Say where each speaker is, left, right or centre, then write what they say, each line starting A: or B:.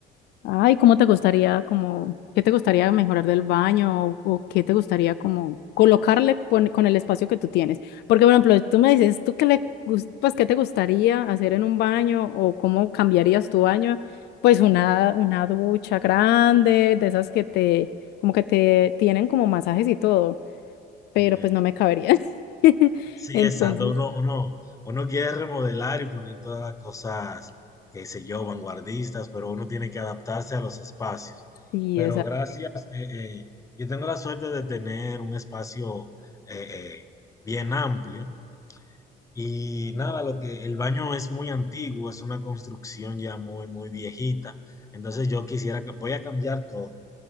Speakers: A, on the left; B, on the left.
A: Ay, ¿cómo te gustaría, como, qué te gustaría mejorar del baño o, o qué te gustaría como colocarle pon- con, el espacio que tú tienes? Porque, por ejemplo, tú me dices, ¿tú qué le, gus- pues, qué te gustaría hacer en un baño o cómo cambiarías tu baño? Pues una, una ducha grande, de esas que te, como que te tienen como masajes y todo, pero
B: Sí,
A: pues no me cabería. <laughs>
B: sí,
A: Entonces,
B: exacto. Uno, uno, uno quiere remodelar y poner todas las cosas, qué sé yo, vanguardistas, pero uno tiene que adaptarse a los espacios.
A: sí,
B: Pero gracias, eh, eh, yo tengo la suerte de tener un espacio eh, eh, bien amplio Y nada, lo que el baño es muy antiguo, es una construcción ya muy, muy viejita. Entonces yo quisiera, ca- voy a cambiar todo.